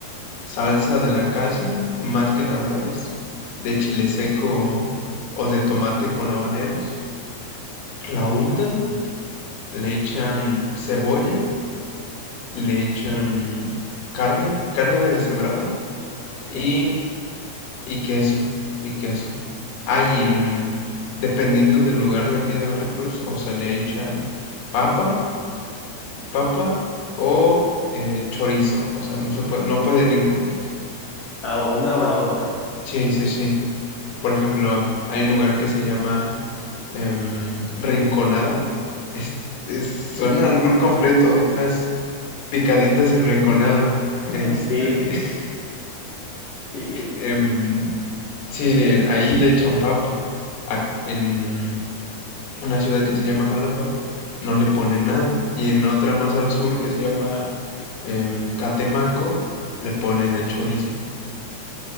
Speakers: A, on the left; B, on the left.
A: salsa de la casa, más que nada es de chile seco o, o de tomate con habaneros. La untan, le echan cebolla, le echan carne, carne deshebrada
B: sí.
A: y, y queso, y queso. Ah, y en- dependiendo del lugar de aquí de Veracruz, o se le echa papa, papa o eh, chorizo, o sea, no se puede, no pueden ir juntas.
B: Ah, o una o la otra.
A: Sí, sí, sí. Por ejemplo, hay un lugar que se llama em, Rinconada. Es, es un albur completo, unas picaditas en Rinconada.
B: <laughs>
A: Este,
B: Sí,
A: <laughs>
B: sí.
A: em, sí, de ahí le echan papa. A- en una ciudad que se llama Jalapa no le ponen nada. Y en otra más al sur que se llama em, Catemaco le ponen el chorizo.